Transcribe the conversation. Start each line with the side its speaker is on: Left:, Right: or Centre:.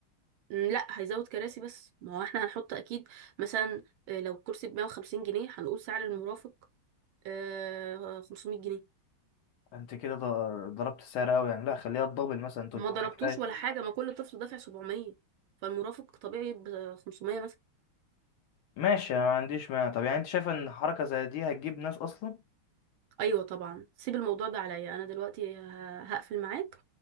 Right: م، لا هيزود كراسي بس ما هو احنا هنحط اكيد مثلا آه، لو كرسي ب 150 جنيه هنقول سعر المرافق آه، 500 جنيه
Left: انت كده ض- ضربت السعر قوي يعني لا خليها تدبل مثلا 300
Right: ما ضربتوش
Left: كفاية
Right: ولا حاجة ما كل طفل دافع 700 فالمرافق طبيعي ب 500 مثلا
Left: ماشي انا ما عنديش مانع طب يعني انت شايفه ان حركه زي دي هتجيب ناس اصلا
Right: ايوه طبعا سيب الموضوع ده عليا انا دلوقتي ه- هقفل معاك